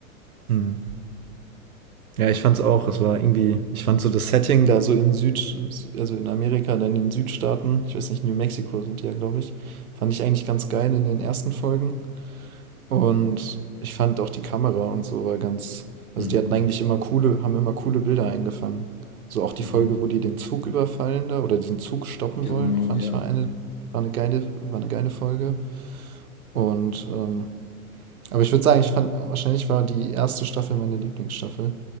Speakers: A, on the right (about 75°); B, on the left (about 80°).
A: Hm. Ja, ich fand's auch. Es war irgendwie, ich fand so das Setting da so in Süd, also in Amerika, dann in den Südstaaten, ich weiß nicht, New Mexico sind die ja, glaube ich, fand ich eigentlich ganz geil in den ersten Folgen. Und ich fand auch die Kamera und so war ganz, also
B: Mhm.
A: die hatten eigentlich immer coole, haben immer coole Bilder eingefangen. So auch die
B: Mhm.
A: Folge, wo die den Zug überfallen da oder diesen Zug stoppen
B: Genau,
A: wollen, fand
B: ja.
A: ich mal eine, war eine geile, war eine geile Folge. Und ähm, aber ich würde sagen, ich fand, wahrscheinlich war die erste Staffel meine Lieblingsstaffel.